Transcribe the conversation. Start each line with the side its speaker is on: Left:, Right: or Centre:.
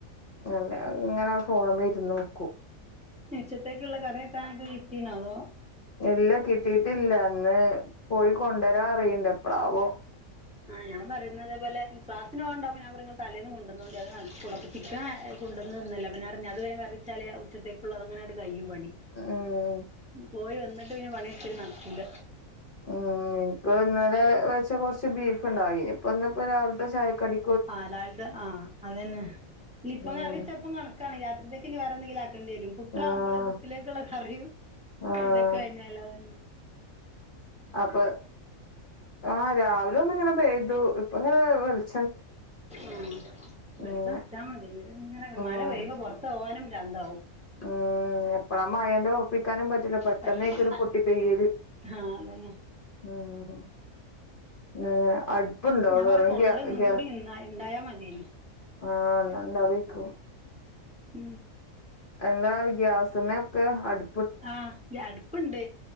Left: ങ്ങനെ അങ്ങനെ ഫോണുമേൽ ഇരുന്ന് നോക്കും
Centre: ഉച്ചത്തേക്കുള്ള കറിയൊക്കെ ആയികിട്ടി അതോ
Left: ഇല്ല കിട്ടിയിട്ടില്ല അന്ന് പോയി കൊണ്ടുവരാൻ പറയണ്ട് എപ്പഴാവോ
Centre: ആ ഞാൻ പറയുന്നതുപോലെ ക്ലാസ്സിന് പോകണ്ടാപ്പം ഞാൻ പറഞ്ഞു തലേന്ന് കൊണ്ടുവന്നോണ്ട് ചിക്കനാ കൊണ്ടവന്നല്ലാ പിന്നെ അത് വേഗം കറിവെച്ചാല് ഉച്ചത്തേക്കുള്ളത് അങ്ങനങ്ങാട്ട് കയ്യും പണി.
Left: ഉം
Centre: പോയി വന്നിട്ട് പിന്നെ പണിയെടുപ്പ് നടക്കൂല്ല.
Left: ഉം എനിക്ക് ഇന്നലെ വെച്ച കൊറച്ച് ബീഫ് ഉണ്ടായിനു ഇനിയിപ്പൊ രാവിലെ ചായക്കു കടി
Centre: ആഹ് രാവിലത്തെ ആ അതന്നെ ഇപ്പം
Left: ഉം
Centre: കറിവച്ചപ്പം കണക്കാണ് രാത്രിത്തേക്ക് ഇനി വറെന്തെങ്കിലും ആക്കേണ്ടി വരും പുട്ട്
Left: ആഹ്
Centre: ആവുമ്പോളെ പുട്ടിലേക്കുള്ള കറിയും
Left: ആഹ്
Centre: ഇതൊക്കെ കഴിഞ്ഞാല് അതെ
Left: അപ്പൊ ആ രാവിലെ ഒന്ന് ഇങ്ങനെ പെയ്തു ഇപ്പ ഇങ്ങനെ വെളുത്
Centre: ആ വെളിച്ചം
Left: ഉം
Centre: വച്ചാൽ മതി ഇങ്ങനെ
Left: ഉം
Centre: മഴ പെയ്യുമ്പോ പൊറത്ത് പോവാനും പ്രാന്താവും
Left: ഉം എപ്പളാ മഴന്റെ ഉറപ്പിക്കാനും പറ്റില്ല പെട്ടെന്നായിക്കും
Centre: പറ്റൂല
Left: ഒരു പൊട്ടിപ്പെയ്യല്
Centre: ആഹ് അതന്നെ
Left: ഉം അ അട് പ്പുണ്ടോ
Centre: ഞാൻ
Left: വിറക്
Centre: പറ കോൾഡ്
Left: ഗ്യാ
Centre: ഒന്നും
Left: ഗ്യാസ്
Centre: കൂടി ഇന്ന ഇണ്ടായാ മതിയേനി
Left: ആ ണ്ട് അതി വെക്കും
Centre: ഉം
Left: എല്ലാ ഗ്യാസ്മക്കാ അട്
Centre: ആഹ് ഗ്യാ അട്‌പ്പ്ണ്ട്.